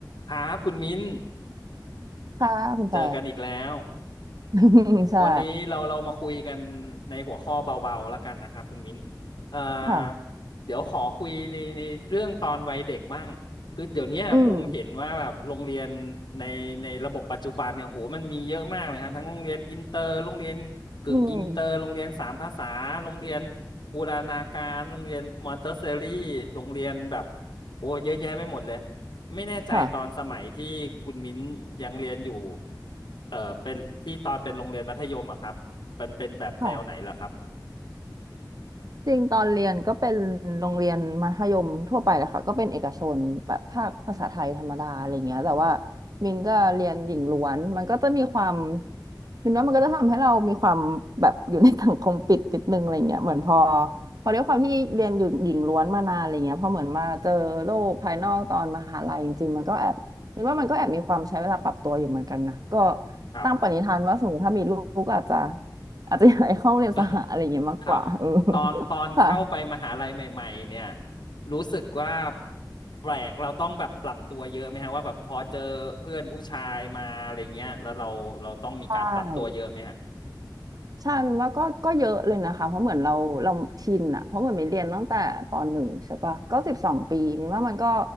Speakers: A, on the left (about 80°); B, on the right (about 55°).
A: ครับคุณมิ้น
B: ค่ะคุณแฟร์
A: เจอกันอีกแล้ว
B: <laughs> ใช่
A: วันนี้เราเรามาคุยกันในหัวข้อเบาๆแล้วกันนะครับคุณมิ้นเอ่อ
B: ค่ะ
A: เดี๋ยวขอคุยในในเรื่องตอนวัยเด็กบ้างคือเดี๋ยวเนี้ยผมเห็นว่าแบบโรงเรียน
B: อืม
A: ในในระบบปัจจุบันเนี่ยโหมันมีเยอะมากเลยฮะทั้งโรงเรียนอินเตอร์โรงเรียนกึ่งอินเตอร์โรงเรียนสามภาษาโรงเรียน
B: อืม
A: บูรณาการโรงเรียนมอนเตสซอรี่โรงเรียนแบบโอ้เยอะแยะไปหมดเลย ไม่แน่ใจตอนสมัยที่คุณมิ้นยังเรียนอยู่
B: ค่ะ
A: เอ่อเป็นที่ตอนเป็นโรงเรียนมัธยมอะครับมันเป็นแบบแนวไหนล่ะครับ
B: ค่ะ จริงตอนเรียนก็เป็นโรงเรียนมัธยมทั่วไปแหละค่ะก็เป็นเอกชนแบบภาคภาษาไทยธรรมดาอะไรเงี้ยแต่ว่ามินจะเรียนหญิงล้วนมันก็จะมีความมินว่ามันก็จะทำให้เรามีความแบบอยู่ในสังคมปิดนิดนึงอะไรเงี้ยเหมือนพอพอด้วยความที่เรียนอยู่หญิงล้วนมานานอะไรเงี้ยพอเหมือนมาเจอโลกภายนอกตอนมหาลัยจริงๆมันก็แอบมินว่ามันก็แอบมีความใช้เวลาปรับตัวอยู่เหมือนกันนะก็
A: ครับ
B: ตั้งปณิธานว่าสมมติถ้ามีลูกก็อาจจะอาจจะอยากให้เข้าโรงเรียนสหอะไรเงี้ยมากกว่าเออ
A: <laughs> ครับ ตอนตอนเข้าไปมหาลัยใหม่ๆเนี่ย
B: ค่ะ
A: รู้สึกว่าแปลกเราต้องแบบปรับตัวเยอะไหมฮะว่าแบบพอเจอเพื่อนผู้ชายมาอะไรเงี้ยแล้วเราเราต้องมีการปรับตัวเยอะไหมฮะ
B: ใช่ใช่มันว่าก็ก็เยอะเลยนะคะเพราะเหมือนเราเราชินอะเพราะเหมือนมินเรียนตั้งแต่ปหนึ่งใช่ปะก็สิบสองปีมินว่ามันก็